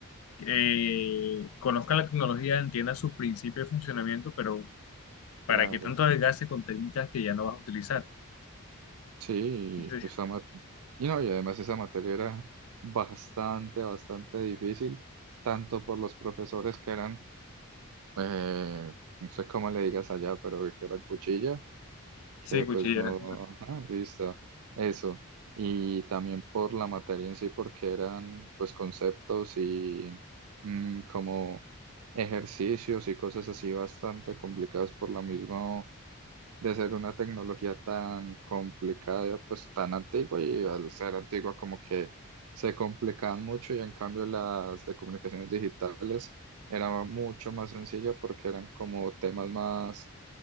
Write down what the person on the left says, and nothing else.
eh, conozcas la tecnología, entiendas sus principios de funcionamiento, pero ¿para
qué tanto desgaste con técnicas que ya no vas a utilizar?
<laughs>
Sí,
sí, cuchillas.